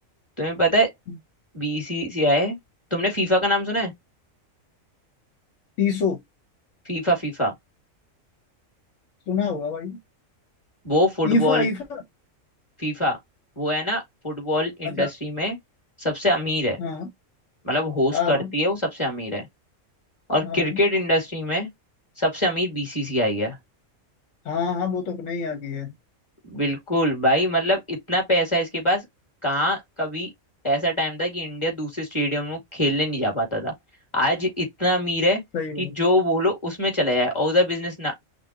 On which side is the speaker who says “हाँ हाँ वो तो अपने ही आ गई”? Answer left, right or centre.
Left